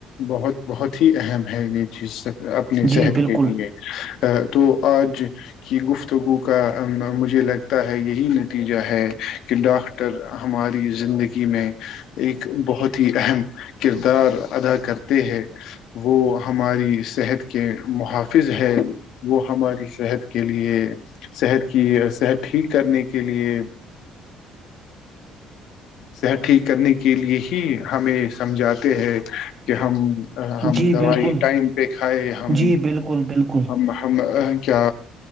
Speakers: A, on the left; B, on the right.
A: بہت بہت ہی اہم ہے یہ چیز سب اپنی
B: جی
A: صحت
B: بالکل
A: کے لیے تو آج کی گفتگو کا مجھے لگتا ہے یہی نتیجہ ہے کہ ڈاکٹر ہماری زندگی میں ایک بہت ہی اہم کردار ادا کرتے ہیں وہ ہماری صحت کے محافظ ہے وہ ہماری صحت کے لی صحت کی صحت ٹھیک کرنے کے لیے صحت ٹھیک کرنے کے لیے ہی ہمیں سمجھاتے ہیں کہ ہم <unintelligible> ہم
B: جی
A: دوائی
B: بالکل
A: ٹائم پہ کھائے ہم
B: جی بالکل بالکل
A: ہم ہم کیا